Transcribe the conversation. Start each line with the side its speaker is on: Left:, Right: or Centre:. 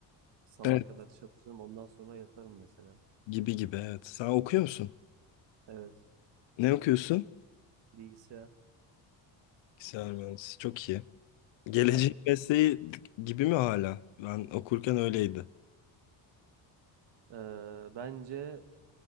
Right: Sabaha
Left: Evet.
Right: kadar çalışırım. Ondan sonra yatarım mesela.
Left: Gibi gibi evet. Sen okuyor musun?
Right: Evet.
Left: Ne okuyorsun?
Right: Bilgisayar.
Left: Bilgisayar mühendisi. Çok iyi. Gelecek
Right: Sen?
Left: mesleği gibi mi hala? Ben okurken öyleydi.
Right: Ee, bence